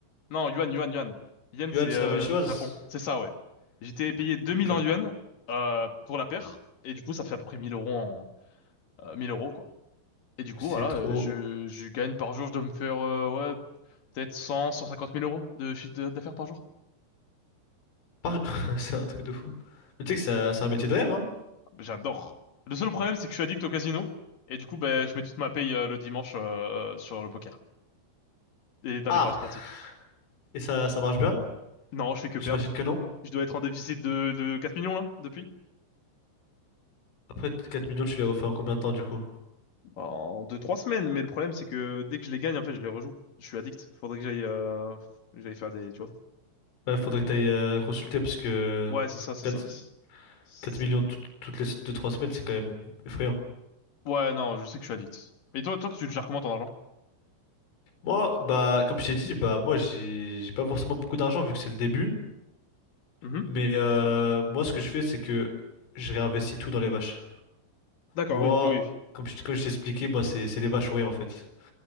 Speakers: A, on the left; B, on the left.
A: Non, yuan, yuan, yuan. Yen,
B: Yuan,
A: c'est
B: c'est
A: euh,
B: la monnaie chinoise.
A: Japon. C'est ça, ouais. J'étais payé 2000
B: Ok.
A: en yuan euh, pour la paire. Et du coup, ça fait à peu près 1000 euros en... euh, 1000 euros, quoi. Et du coup,
B: C'est
A: voilà,
B: trop.
A: euh, je, je gagne par jour, je dois me faire, euh, ouais, peut-être 100, 150 000 euros de chiffre d- d'affaires par jour.
B: Par- <laughs> C'est un truc de fou. Mais tu sais que c'est un, c'est un métier de rêve, hein?
A: J'adore. Le seul problème, c'est que je suis addict au casino. Et du coup, ben, je mets toute ma paye euh, le dimanche euh, sur le poker. Et dans
B: Ah,
A: les paris sportifs.
B: Et ça, ça marche bien?
A: Non, je fais que
B: J'imagine
A: perdre.
B: que non.
A: Je dois être en déficit de, de 4 millions, là, depuis.
B: Après, 4 millions, tu les refais en combien de temps, du coup?
A: En deux, trois semaines, mais le problème c'est que dès que je les gagne, en fait, je les rejoue. Je suis addict. Faudrait que j'aille euh, que j'aille faire des, tu vois.
B: Ouais, faudrait que t'ailles euh, consulter, parce que
A: Ouais, c'est ça, c'est
B: 4
A: ça. C'est
B: 4 millions tout- toutes les deux trois semaines, c'est quand même effrayant.
A: Ouais, non, je sais que je suis addict. Et toi, toi, tu le gères comment ton argent?
B: Moi, bah, comme je t'ai dit, bah, moi, j'ai j'ai pas forcément beaucoup d'argent, vu que c'est le début.
A: Mhm.
B: Mais euh, moi, ce que je fais, c'est que je réinvestis tout dans les vaches.
A: D'accord,
B: Moi,
A: oui, oui. oui.
B: comme je, comme je t'ai expliqué, moi, c'est c'est les vaches ou rien, en fait.